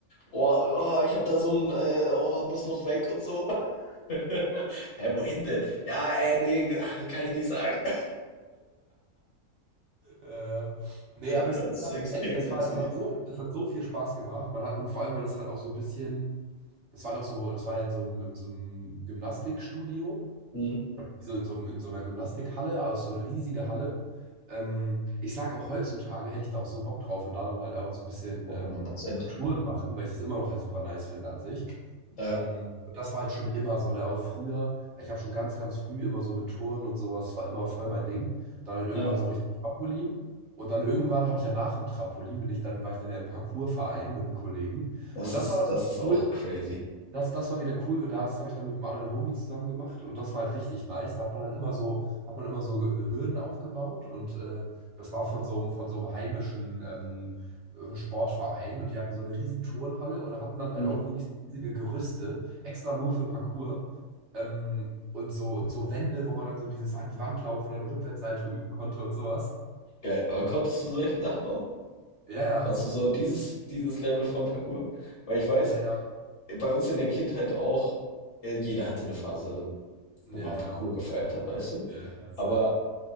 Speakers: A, on the left; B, on the right.
A: Oh, oh,
B: ich.
A: ich habe da so ein, äh, oh, muss noch weg und so. <laughs> Hä, wohin
B: <laughs>
A: denn? Ja, äh, nee, ah, kann ich nicht sagen. <laughs>
B: Ja, ja. nee, aber
A: Das
B: ich
A: ist
B: sag
A: extrem
B: ehrlich, das
A: witzig.
B: war, das hat so, das hat so viel Spaß gebracht. Man hat, und vor allem, weil das halt auch so ein bisschen, das war doch so, das war in so einem, in so einem Gymnastikstudio
A: Hm.
B: wie so in so, einem- in so einer Gymnastikhalle, aus so einer riesigen Halle. Ähm, ich sag auch heutzutage hätte ich da auch so Bock drauf und da dann halt einfach so ein bisschen
A: Oh,
B: ähm,
A: hundert Prozent.
B: so Touren machen, weil ich das immer noch halt super nice finde an sich.
A: Ja,
B: Ähm, und das war halt schon immer so, ne? Auch früher, ich habe schon ganz, ganz früh immer so mit Touren und sowas, war immer voll mein Ding. Dann halt
A: ja.
B: irgendwann so Richtung Trampolin. Und dann irgendwann habe ich ja nach dem Trampolin, bin ich dann, war ich dann ja im Parkourverein mit einem Kollegen.
A: Das
B: Und
A: ist,
B: das war dann
A: das ist auch
B: cool,
A: crazy.
B: das, das war wieder cool, weil das habe ich dann mit einem anderen Homie zusammen gemacht und das war halt richtig nice. Da hat man dann immer so, hat man immer so Ge- Hürden aufgebaut und äh, das war von so einem, von so einem heimischen ähm, äh, Sportverein und die hatten so eine riesen Turnhalle und hatten dann halt
A: Hm.
B: auch wirklich riesige Gerüste, extra nur für Parkour ähm, und so und so Wände, wo man dann so dieses an die Wand laufen und dann Rückwärtssalto üben konnte und sowas.
A: Geil. Aber konntest du solche Sachen auch?
B: Ja, ja,
A: Warst du so dieses, dieses Level von Parkour? Weil ich weiß,
B: ja, ja,
A: bei uns in der Kindheit auch, äh, jeder hatte eine Phase,
B: ja,
A: wo man Parkour
B: ja,
A: gefeiert hat, weißt du?
B: ja, ja, ja, safe.
A: Aber